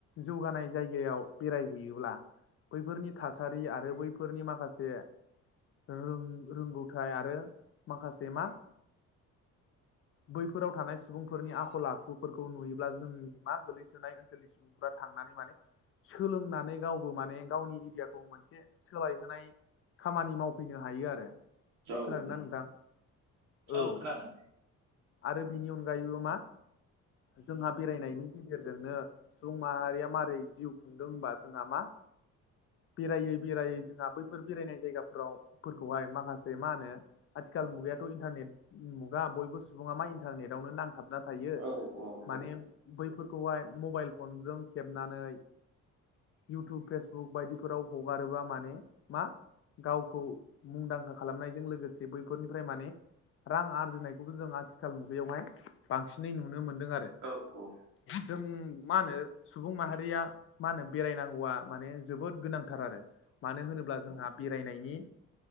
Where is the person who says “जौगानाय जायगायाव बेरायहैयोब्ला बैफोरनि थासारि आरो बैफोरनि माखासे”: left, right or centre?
Left